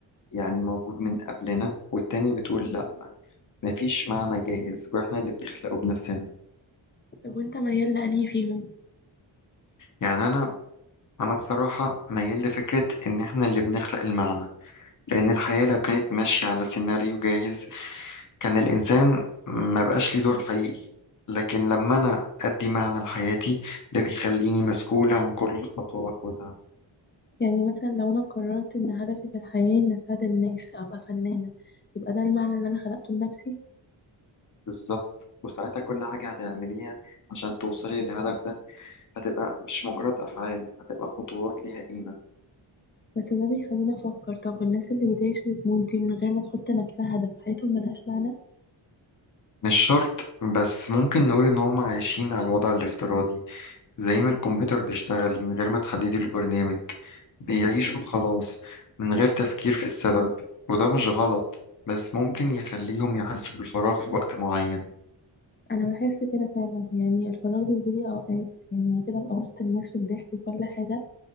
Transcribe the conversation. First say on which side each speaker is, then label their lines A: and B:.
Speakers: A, on the left (about 40°); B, on the left (about 25°).
A: يعني موجود من قبلنا والتانية بتقول لأ مفيش معنى جاهز وإحنا اللي بنخلقه بنفسنا
B: طب وأنت ميال لأنهي فيهم؟
A: يعني أنا أنا بصراحة ميال لفكرة إن إحنا اللي بنخلق المعنى لأن الحياة لو كانت ماشية على سيناريو جاهز كان الإنسان ما بقاش ليه دور حقيقي لكن لما أنا أدي معنى لحياتي ده بيخليني مسؤول عن كل خطوة باخدها
B: يعني مثلا لو أنا قررت إن هدفي في الحياة إن أساعد الناس أبقى فنانة يبقى ده المعنى اللي أنا خلقته لنفسي
A: بالظبط وساعتها كل حاجة هتعمليها عشان توصلي للهدف ده هتبقى مش مجرد أفعال هتبقى خطوات ليها قيمة
B: بس ده بيخليني أفكر طب والناس اللي بتعيش وتموت دي من غير ما تحط لنفسها هدف حياتهم ملهاش معنى؟
A: مش شرط بس ممكن نقول إن هما عايشين على الوضع الافتراضي زي ما الكمبيوتر بيشتغل من غير ما تحددي له برنامج بيعيش وخلاص من غير تفكير في السبب وده مش غلط بس ممكن يخليهم يحسوا بالفراغ في وقت معين
B: أنا بحس كده فعلا يعني الفراغ بيجيلي أوقات يعني كده أبقى وسط الناس والضحك وكل حاجة